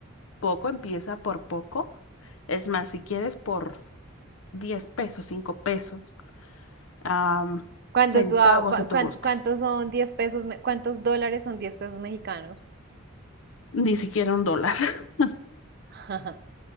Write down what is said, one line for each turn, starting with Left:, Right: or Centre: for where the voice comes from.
Left: poco, empieza por poco. Es más, si quieres por 10 pesos, 5 pesos, am,
Right: Cuando
Left: centavos
Right: tú, ha- cua-
Left: si tú
Right: cuan-
Left: gustas,
Right: ¿cuántos son 10 pesos, me- cuántos dólares son 10 pesos mexicanos?
Left: ni siquiera un dólar. <laughs>
Right: <laughs>